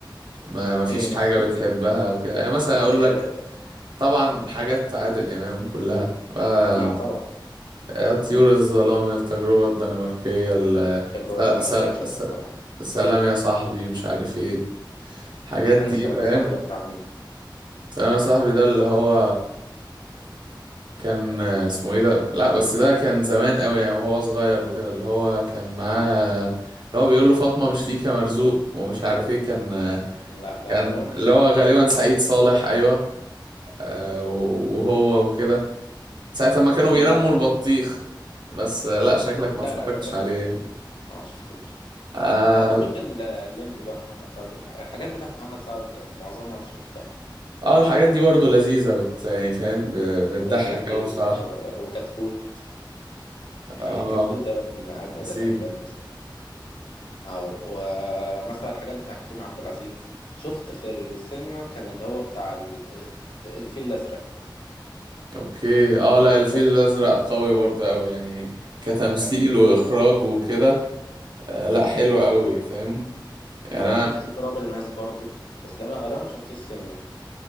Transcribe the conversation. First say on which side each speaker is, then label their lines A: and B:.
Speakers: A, on the right; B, on the left.
A: ما ما فيش
B: إيه مثلا
A: حاجة بتحبها وكده يعني مثلا اقول
B: آه.
A: لك طبعا حاجات عادل امام كلها آه،
B: ما طبعا
A: آه، طيور الظلام التجربة الدنماركية ال...
B: الواد
A: س... س...
B: ده ما ركبش أصله
A: س...
B: طبعا
A: سلام يا صاحبي مش عارف ايه الحاجات دي
B: أنهي سلام
A: فاهم
B: يا صاحبي ده بتاع مين؟
A: سلام يا صاحبي ده اللي هو كان اسمه ايه ده لا بس ده كان زمان قوي يعني وهو صغير وكده اللي هو كان معاه اللي هو بيقول له فاطمة مش ليك يا مرزوق ومش عارف ايه كان
B: لا ده
A: كان
B: غالبا ما
A: اللي
B: شفتوش
A: هو غالبا سعيد صالح ايوه آه، وهو وكده ساعة ما كانوا بيرموا
B: لا لا
A: البطيخ بس آه، لا شكلك ما
B: لا
A: اتفرجتش
B: لا ده غالبا
A: عليه
B: ما شفتوش
A: يعني
B: اه ما شفتوش
A: اه
B: آه، بشوف ال- الليمبي بقى محمد سعد والح- الحاجات بتاعت محمد سعد معظمها شفتها
A: آه، الحاجات دي برضو لذيذة بت يعني فاهم ب- بتضحك
B: الليمبي
A: قوي بصراحة
B: و- وكتكوت يعني
A: اه
B: كتكوت ده من أجمد
A: يا سيدي
B: الأفلام بصراحة اه ومثلا الحاجات بتاع كريم عبد العزيز شفت في السينما كان اللي هو بتاع ال- الفيل الأزرق
A: اوكي اه
B: ده
A: لا
B: كان
A: الفيل
B: تحفة
A: الازرق قوي برضه قوي يعني كتمثيل
B: ده كان
A: واخراج
B: جامد أوي.
A: وكده آه لا حلو
B: مم.
A: قوي فاهم
B: وشفت
A: يعني انا
B: تراب الماس برضو بس ده انا غالبا ما شفتوش السينما